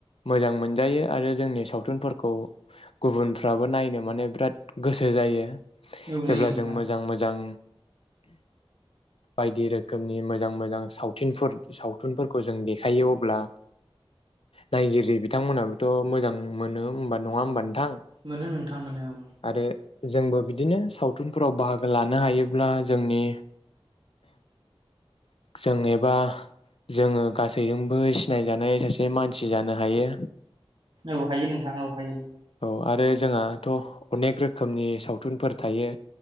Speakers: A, on the left; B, on the right.
A: मोजां मोनजायो आरो जोंनि सावथुनफोरखौ गुबुनफ्राबो नायनो माने बिराद गोसो जायो।
B: औ
A: जेब्ला
B: जायो नोंथां
A: जों मोजां- मोजां बायदि रोखोमनि मोजां मोजां सावथुनफोर- सावथुनफोरखौ जों देखायो अब्ला नायगिरि बिथांमोनाबोथ' मोजां मोनो होमबा नङा होमबा? नोंथां
B: मोनो नोंथांमोन औ।
A: आरो जोंबो <unintelligible> बिदिनो सावथुनफोराव बाहागो लानो हायोब्ला जोंनि जों एबा जोंङो गासैजोंबो सिनायजानाय सासे मानसि जानो हायो।
B: औ हायो नोंथां औ हायो।
A: औ आरो जोंहाथ' अनेक रोखोमनि सावथुनफोर थायो।